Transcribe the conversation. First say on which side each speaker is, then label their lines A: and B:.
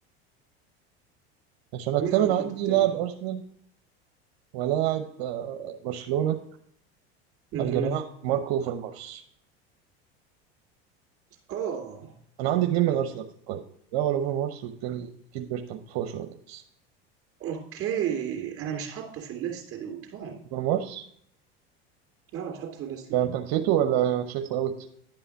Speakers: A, on the right (about 70°); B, on the right (about 50°).
A: ماشي انا
B: مين
A: التامن
B: عندك
A: عندي
B: انت الثامن؟
A: لاعب ارسنال ولاعب آه، برشلونه
B: اها
A: الجناح ماركو اوفرمارس
B: اه
A: انا عندي اتنين من ارسنال في القائمه الاول اوفرمارس والتاني اكيد بيركامب فوق شويه بس
B: اوكي انا مش حاطه في الليست دود فاهم
A: اوفرمارس
B: لا مش حاطه في الليست
A: ده
B: لا
A: انت نسيته ولا شايفه اوت